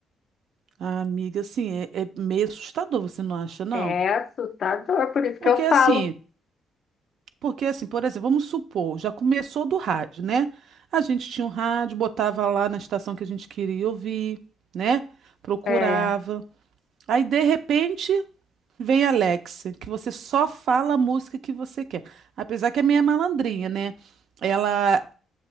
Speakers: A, on the right; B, on the left.
A: Ah, amiga, assim, é, é meio assustador, você não acha, não?
B: É assustador, por isso
A: Porque
B: que eu
A: assim,
B: falo.
A: porque assim, por exemplo, vamos supor, já começou do rádio, né? A gente tinha um rádio, botava lá na estação que a gente queria ouvir, né? Procurava.
B: É.
A: Aí, de repente, vem a Alexa, que você só fala a música que você quer. Apesar que é meio malandrinha, né? Ela